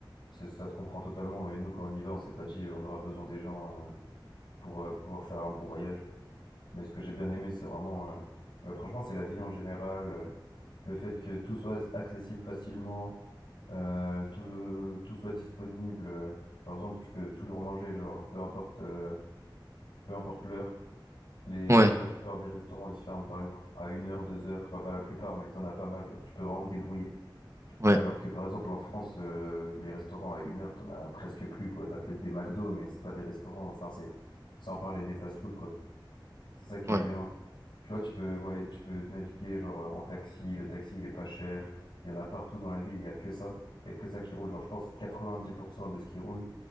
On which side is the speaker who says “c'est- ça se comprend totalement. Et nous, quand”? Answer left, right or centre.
Left